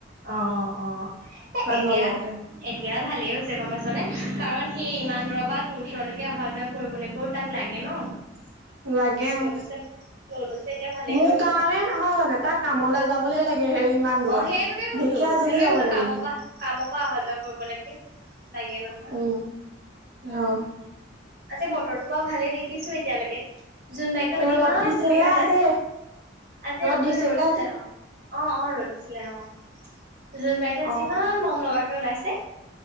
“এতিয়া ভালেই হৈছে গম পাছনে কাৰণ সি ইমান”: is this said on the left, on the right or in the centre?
Right